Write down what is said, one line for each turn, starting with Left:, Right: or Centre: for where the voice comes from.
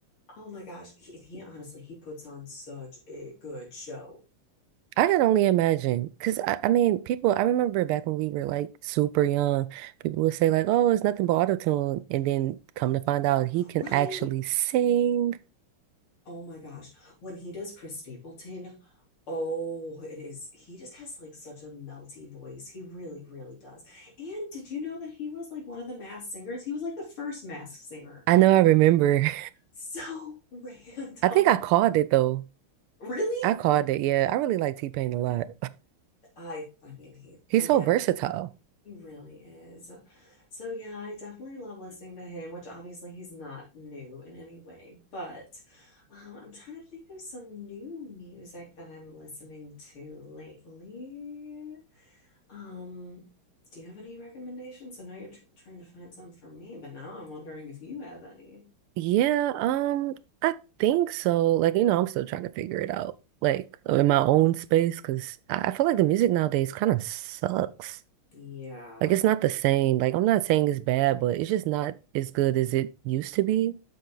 Left: Oh my gosh. He, he honestly, he puts on such a good show.
Right: I can only imagine, because I, I mean, people, I remember back when we were like super young, people would say like, oh, it's nothing but autotune. And then come to find out he can
Left: Right?
Right: actually sing.
Left: Oh my gosh. When he does Chris Stapleton, oh, it is. He just has like such a melty voice. He really, really does. And did you know that he was like one of the mass singers? He was like the first mass singer.
Right: I know I remember.
Left: So <laughs>
Right: <laughs>
Left: random.
Right: I think I called it though.
Left: Really?
Right: I called it. Yeah. I really like T-Pain a lot.
Left: I I mean, he
Right: <laughs> He's
Left: again,
Right: so versatile.
Left: He really is. So yeah, I definitely love listening to him, which obviously he's not new in any way, but um, I'm trying to think of some new music that I'm listening to lately. Um, do you have any recommendations? I know you're tr trying to find some for me, but now I'm wondering if you have any.
Right: Yeah. Um, I think so. Like, you know, I'm still trying to figure it out, like in my own space, because I I feel like the music nowadays kind of sucks.
Left: Yeah,
Right: Like it's not the same. Like I'm not saying it's bad, but it's just not as good as it used to be.